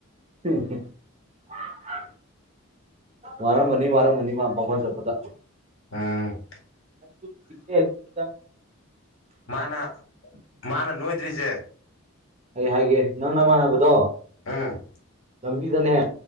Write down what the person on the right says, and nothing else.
ꯍꯝ ꯍ ꯋꯥꯔ ꯃꯅꯤ ꯃꯥꯔ ꯃꯅꯤ ꯃꯥꯄ ꯆꯄꯗ
<unintelligible>
ꯑꯩ ꯍꯥꯏꯒꯦ ꯅꯪ ꯅꯃꯥꯟꯅꯕꯗꯣ
ꯉꯕꯤꯗꯅꯦ